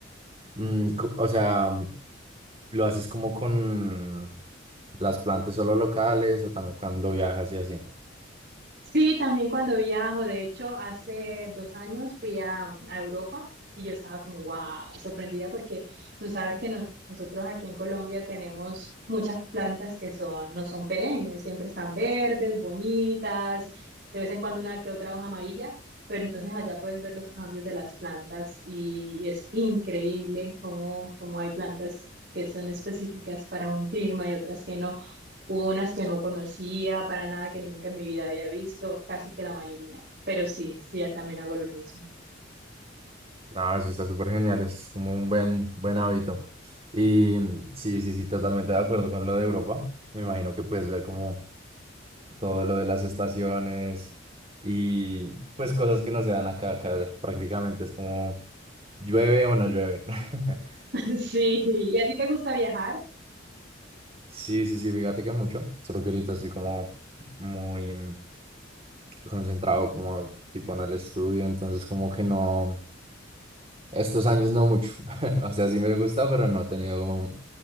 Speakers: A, on the right; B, on the right.
A: mm, co- o sea, ¿lo haces como con las plantas solo locales o también cuando viajas y así?
B: Sí, también cuando viajo, de hecho, hace dos años fui a, a Europa y yo estaba como, wow, sorprendida porque tú sabes que no- nosotros aquí en Colombia tenemos muchas plantas que son, no son perennes, siempre están verdes, bonitas, de vez en cuando una que otra hoja amarilla, pero entonces allá puedes ver los cambios de las plantas y, y es increíble cómo, cómo hay plantas que son específicas para un clima y otras que no. Hubo unas que no conocía para nada, que nunca en mi vida había visto, casi que la mayoría. Pero sí, sí, ya también hago lo mismo.
A: No, eso está súper genial, es como un buen, buen hábito. Y mm, sí, sí, sí, totalmente de acuerdo con lo de Europa. Me imagino que puedes ver como todo lo de las estaciones y pues cosas que no se dan acá, acá prácticamente es como llueve o no llueve. <laughs>
B: <laughs> Sí, sí. ¿Y a ti te gusta viajar?
A: Sí, sí, sí, fíjate que mucho, solo que ahorita estoy como muy mm, concentrado como tipo en el estudio, entonces como que no, estos años no mucho, <laughs> o sea, sí me gusta,
B: <laughs>
A: pero no he tenido como